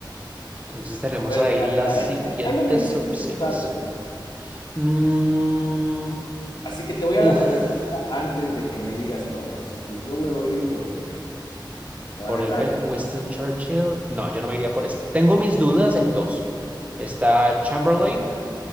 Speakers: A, on the right; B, on the left.
A: Entonces, tenemos
B: A ver,
A: ahí
B: espera,
A: las
B: espera,
A: siguientes
B: ¿eh? Yo- Algo me dice
A: opciones.
B: que tú sabes,
A: Mm,
B: así que te voy
A: Uf,
B: a dar la respuesta antes de que me digas todo, así que yo voy a ir por el B. Pero
A: por
B: a ver,
A: el
B: dale.
A: B, Winston Churchill. No, yo no me iría por ese. Tengo mis dudas en dos. Está Chamberlain